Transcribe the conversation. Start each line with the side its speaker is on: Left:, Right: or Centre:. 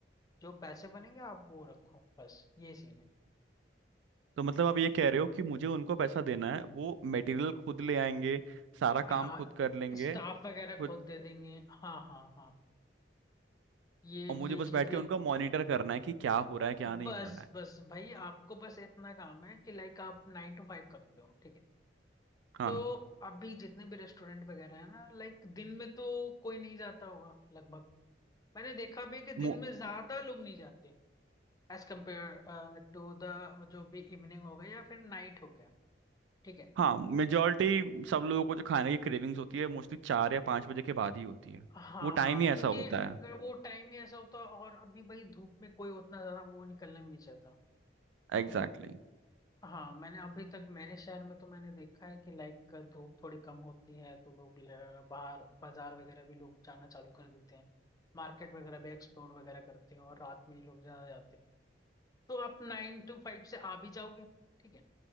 Left: जो पैसे बनेंगे आप वो रखो बस ये सीन है
Right: तो मतलब आप ये कह रहे हो कि मुझे उनको पैसा देना है वो मटेरियल खुद ले आएंगे सारा
Left: हाँ
Right: काम खुद कर लेंगे
Left: स्टाफ वगैरह
Right: खुद
Left: खुद दे देंगे हाँ हाँ हाँ ये
Right: और मुझे
Left: ये
Right: बस बैठ
Left: चीजें
Right: के उनका मॉनिटर करना है कि क्या हो रहा है क्या नहीं
Left: बस
Right: हो रहा है
Left: बस भाई आपको बस इतना काम है कि लाइक आप नाइन टू फाइव करते हो ठीक है
Right: हाँ
Left: तो अभी जितने भी रेस्टोरेंट वगैरह है ना लाइक दिन में तो कोई नहीं जाता होगा लगभग मैंने देखा भी है कि दिन
Right: मो-
Left: में ज्यादा लोग नहीं जाते एज कम्पेयर टू द जो भी इवनिंग हो गया या फिर नाइट हो गया ठीक है
Right: हाँ मेजोरिटी सब लोगों को जो खाने की क्रेविंग्स होती है मोस्टली चार या पाँच बजे के बाद ही होती है
Left: हाँ
Right: वो टाइम
Left: हाँ
Right: ही ऐसा
Left: क्योंकि
Right: होता
Left: अगर
Right: है
Left: वो टाइम ही ऐसा होता और अभी भाई धूप में कोई उतना ज्यादा वो निकलना भी नहीं चाहता
Right: एग्जैक्टली
Left: ठीक है हाँ मैंने अभी तक मैंने शहर में तो मैंने देखा है कि लाइक धूप थोड़ी कम होती है तो लोग ल- बाहर बाजार वगैरह भी लोग जाना चालू कर देते हैं मार्केट वगैरह भी एक्सप्लोर वगैरह करते हैं और रात में ही लोग ज्यादा जाते हैं तो आप नाइन टू फाइव से आ भी जाओगे ठीक है